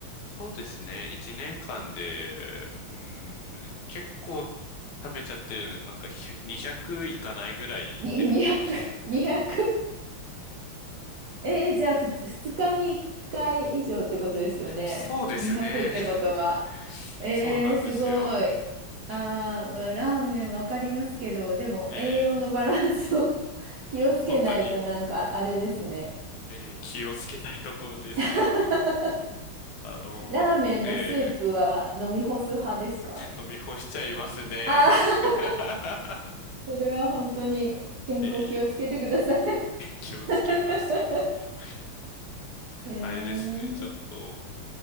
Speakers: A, on the left; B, on the right.
A: そうですね、一年間で、うん、結構食べちゃってるので、なんか100 200いかないぐらい行ってるのかもしれない。
B: ン。に、200、<laughs> 2 0えー、じゃあ、ふつ、2日に1回以上ってことですよね。
A: そうですね。
B: 200ってことは。
A: <laughs>
B: えー、
A: そうなんですよ。
B: すごい。あー、まあ、ラーメンわかりますけど、
A: <laughs>
B: でも栄養のバランスを
A: ええ
B: <laughs> 気をつけないとなんかあれですね。
A: 本当に、ええ気をつけたいところでさ、
B: <laughs>
A: あの、
B: ラーメンのスープは飲み干す派ですか
A: ええ飲み干しちゃいますね。
B: ああ、<laughs>
A: <laughs>
B: それは本当に健康気をつけてください。
A: ええ気をつけます。
B: <laughs>
A: その、
B: えー、
A: あれですね、ちょっと、